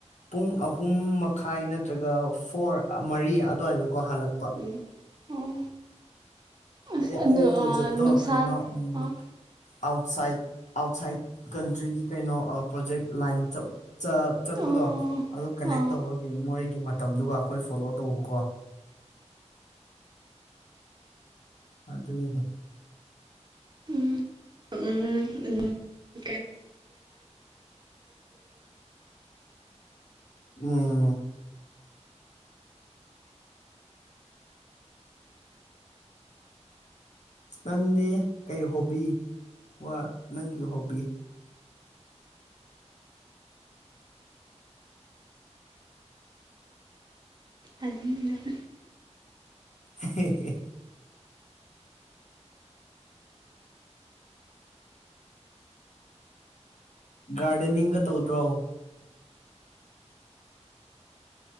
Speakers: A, on the left; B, on the right.
A: ꯄꯨꯡ ꯑꯍꯨꯝ ꯃꯈꯥꯏ ꯅꯠꯇ꯭ꯔꯒ ꯐꯣꯔ ꯃꯔꯤ ꯑꯗꯨꯋꯥꯏꯗꯀꯣ ꯍꯜꯂꯛꯄ ꯍꯥꯏꯗꯤ
B: ꯎꯝ ꯑꯣ ꯑꯁ
A: ꯑꯩꯈꯣꯏ
B: ꯑꯗꯣ
A: ꯄ꯭ꯔꯣꯖꯦꯛꯇꯣ
B: ꯑꯥ ꯅꯨꯡꯁꯥ
A: ꯀꯩꯅꯣ ꯎꯝ
B: ꯑꯣ
A: ꯑꯥꯎꯠꯁꯥꯏꯠ ꯑꯥꯎꯠꯁꯥꯏꯠ ꯀꯟꯇ꯭ꯔꯤꯒꯤ ꯀꯩꯅꯣ ꯄ꯭ꯔꯣꯖꯦꯛ ꯂꯥꯏꯟ ꯆꯞ ꯆꯠꯄꯗꯣ
B: ꯑꯣ ꯑꯣ
A: ꯑꯗꯨ ꯀꯅꯦꯛ
B: ꯑꯣ
A: ꯇꯧꯕꯒꯤ ꯃꯣꯏꯒꯤ ꯃꯇꯝꯗꯨꯒ ꯑꯩꯈꯣꯏ ꯐꯣꯂꯣ ꯇꯧꯕꯀꯣ ꯑꯗꯨꯒꯤꯅꯦ
B: ꯎꯝ ꯎꯝ ꯎꯝ ꯀꯩꯅꯣ <inaudible>
A: ꯎꯝ
B: <inaudible>
A: ꯅꯪꯗꯤ ꯀꯩ ꯍꯣꯕꯤ ꯋꯥ ꯅꯪꯒꯤ ꯍꯣꯕꯤ
B: ꯑ <inaudible>
A: ꯑꯍꯦꯍꯦ ꯒꯥꯔꯗꯦꯅꯤꯡꯒ ꯇꯧꯗ꯭ꯔꯣ